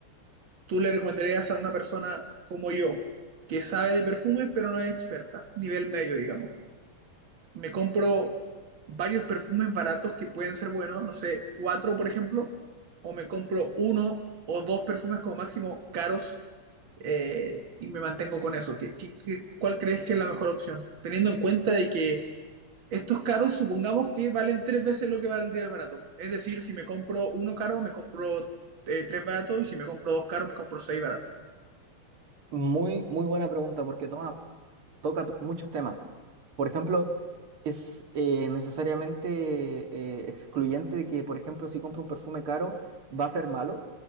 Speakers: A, on the right; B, on the right.
A: tú le recomendarías a una persona como yo, que sabe de perfumes pero no es experta, nivel medio, digamos? Me compro varios perfumes baratos que pueden ser buenos, no sé, cuatro, por ejemplo, o me compro uno o dos perfumes como máximo caros eh, y me mantengo con eso. ¿Qué, qué, qué- cuál crees que es la mejor opción? Teniendo en cuenta de que estos caros supongamos que valen tres veces lo que valdría el barato. Es decir, si me compro uno caro, me compro eh, tres baratos y si me compro dos caros, me compro seis baratos.
B: Muy, muy buena pregunta porque toma, toca t- muchos temas. Por ejemplo, es eh, necesariamente eh, excluyente de que, por ejemplo, si compro un perfume caro, va a ser malo.